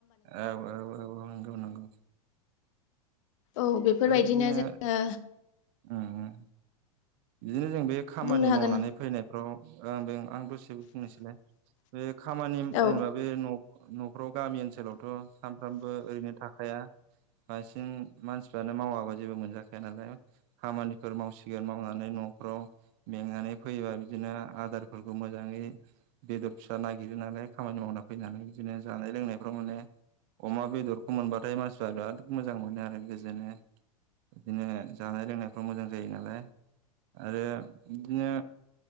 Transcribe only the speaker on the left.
औ बेफोरबायदिनो
जोङो
बुंनो हागोन
औ